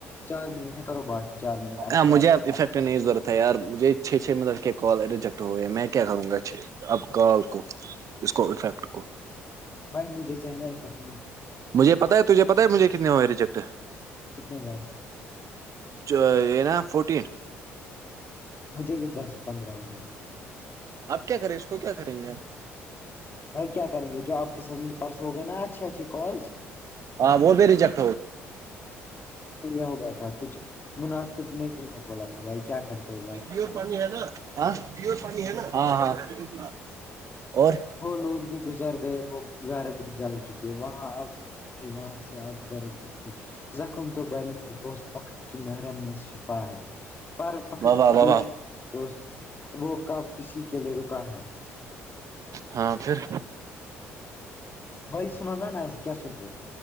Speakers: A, on the left; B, on the right.
A: چار منٹ ہے کرو بات- چار منٹ اچھے
B: ہاں، مجھے
A: سے-
B: اب افیکٹ نہیں ضرورت ہے ار مجھے چھ چھ منٹ کے کال ریجیکٹ ہو گئے ہیں میں کیا کروں گا چھ- اب کال کو اس کو افیکٹ کو-
A: بھائی مجھے جانا ہے سکتا <unintelligible>
B: مجھے پتا ہے تجھے پتا ہے مجھے کتنے ہو گئے ریجیکٹ-
A: کتنے بھائی
B: یہ نا فورٹین-
A: مجھے بھی دس- پندرہ ہو گئے-
B: آپ کیا کریں اس کو کیا کریں گیں اب-
A: بھائی کیا کریں گے جو آپ کے ساتھ مجھے پرسوں ہو گئے نا اچھی اچھی کالز-
B: ہاں وہ بھی ریجکٹ-
A: یہ ہو گیا تھا کچھ مناسب نہیں- میں بولا تھا بھائی کیا کرتے ہو بھائی-
B: <inaudible> آ ہے نا ہاں- ہاں <unintelligible> اور
A: وہ لوگ بھی گزر گئے وہ گھر بھی جل چکے وہاں اب وہاں سے- آپ غرد اھی زخم تو بریں گے دوست وقت کی محرم میں شفا ہے- پر وقت
B: واہ واہ واہ
A: بھی
B: واہ
A: دوست وہ کب کسی کے لیے رکا ہے-
B: ہاں پھر-
A: وہی سنو نا نا اسے کیا سن رہے